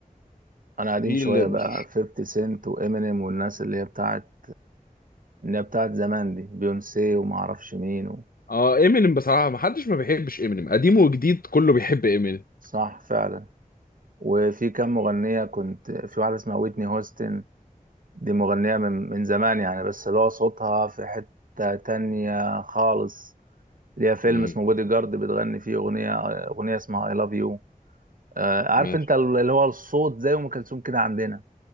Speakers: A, on the right; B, on the left.
A: انا قديم
B: هي
A: شويه
B: اللي مش
A: بقى 50 سنت وامينيم والناس اللي هي بتاعت اللي هي بتاعت زمان دي بيونسي وما اعرفش مين و...
B: اه امينيم بصراحه ما حدش ما بيحبش امينيم قديم وجديد كله بيحب امينيم
A: صح فعلا وفي كام مغنية كنت في واحدة اسمها ويتني هوستن دي مغنية من من زمان يعني بس اللي هو صوتها في حتة تانية خالص ليها فيلم
B: مم،
A: اسمه بودي جارد بتغني فيه أغنية أغنية اسمها I love you آه، عارف
B: ماشي
A: انت اللي هو الصوت زي أم كلثوم كده عندنا